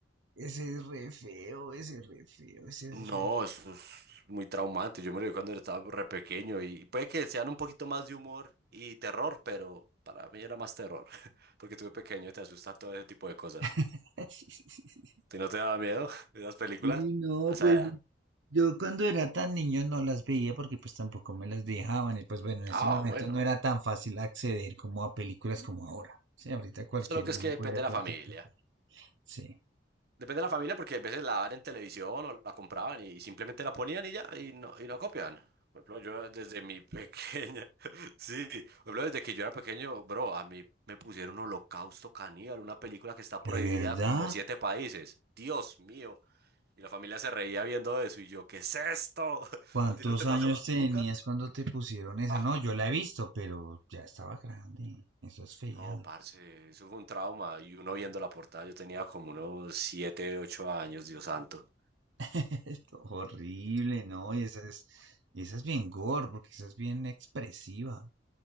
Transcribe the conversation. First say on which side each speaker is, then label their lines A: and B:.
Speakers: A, on the right; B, on the right.
A: ese es re feo, ese es re feo, ese es
B: No,
A: re
B: eso es muy traumante. Yo me lo vi cuando estaba re pequeño y puede que sean un poquito más de humor y terror, pero para mí era más terror, <laughs> porque tuve de pequeño te asusta todo ese tipo de cosas.
A: <laughs>
B: ¿Te no te daba miedo <laughs> esas películas
A: y no,
B: a esa
A: pues
B: edad?
A: yo cuando era tan niño no las veía porque pues tampoco me las dejaban y pues bueno, en ese
B: Ah,
A: momento
B: bueno.
A: no era tan fácil acceder como a películas como ahora. Sí, ahorita cualquier
B: Solo que
A: niño
B: es que depende
A: puede ver
B: de
A: cualquier
B: la familia.
A: cosa. Sí.
B: Depende de la familia porque a veces la dan en televisión o la compraban y simplemente la ponían y ya y no, y no copian. Por ejemplo, yo desde mi pequeña, <laughs> sí, por ejemplo, desde que yo era pequeño, bro, a mí me pusieron Holocausto Caníbal, una película que está
A: ¿De
B: prohibida
A: verdad?
B: como en siete países. Dios mío. Y la familia se reía viendo eso y yo, ¿qué es esto? <laughs>
A: ¿Cuántos
B: ¿A ti no te pasó?
A: años tenías
B: ¿Nunca?
A: cuando te pusieron esa?
B: Ah,
A: No, yo la he visto, pero ya estaba grande. Eso es fea.
B: no, parce, eso fue un trauma. Y uno viendo la portada, yo tenía como unos siete, ocho años, Dios santo.
A: <laughs> Horrible, ¿no? Y esa es, esa es bien gore, porque esa es bien expresiva.